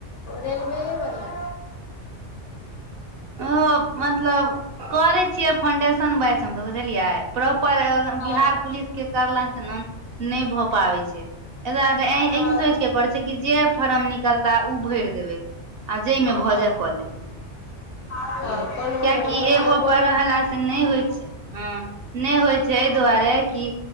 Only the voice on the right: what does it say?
ओ मतलब करै छियै फाउंडेशन बैच हमसभ बुझलियै प्रॉपर
बिहार पुलिसके करला सऽ नऽ नय भऽ पाबै छै एहि दुआर ऐ
एहि सोच करै जे फारम निकलता उ भैर देबे आ जँ मे भऽ
जाय कऽ लेबै
ह
कियकि
एगो
पर रहला से नय होइ छै हँ नय होइ छै ऐय दुआरे कि